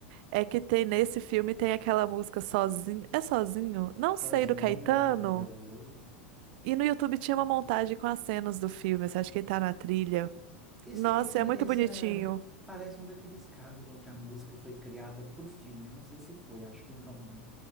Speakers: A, on the right; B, in the centre.
A: É que tem nesse filme tem aquela música Sozinho. É Sozinho? Não
B: Sozinho,
A: sei, do Caetano.
B: do Caetano Veloso.
A: E no YouTube tinha uma montagem com as cenas do filme. Você acha que ele tá na trilha?
B: Esse,
A: Nossa,
B: esse,
A: é muito
B: essa
A: bonitinho.
B: parece um daqueles casos onde a música foi criada pro filme. Não sei se foi, acho que não, né?